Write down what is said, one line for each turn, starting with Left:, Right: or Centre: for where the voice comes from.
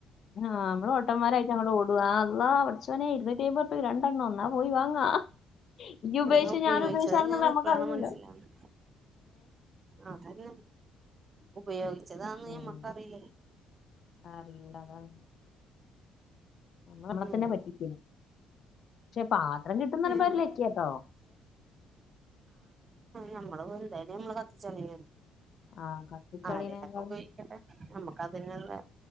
Left: ആ നമ്മള് പൊട്ടമാരായിട്ട് അങ്ങ്ട് ഓടുകാ അ അള്ളാ പടച്ചോനെ <unintelligible> രണ്ട് ഒന്നാ പോയി വാങ്ങാ ഇജ്ജ് ഉപയോഗിച്ച്
Right: ഉം ഉപയോഗിച്ചതന്നെയാണ്
Left: ഞാന് ഉപയോഗിച്ച ആണെന്ന് നമ്മുക്ക്
Right: ഇപ്പളാണ്
Left: അറീലല്ലോ
Right: മനസ്സിലാവുന്നെ അതന്നെ ഉപയോഗിച്ചതാന്ന്
Left: ഉം
Right: നമ്മക്ക് അറീലല്ലേ
Left: <unintelligible> വെള്ളത്തിനെ
Right: ഉം
Left: പറ്റിക്കല്. പാത്രം കിട്ടുന്നറിയുമ്പോൾ
Right: ഉം
Left: ലക്ക്യാട്ടോ
Right: നമ്മള് എന്തായാലും നമ്മള് കത്തിച്ചളിയ
Left: ആ കത്തിച്ചളീനേക്കാളും
Right: ആരെലൊക്കെ ഉപയോഗിക്കട്ടെ നമ്മുക്ക് അതിനുള്ള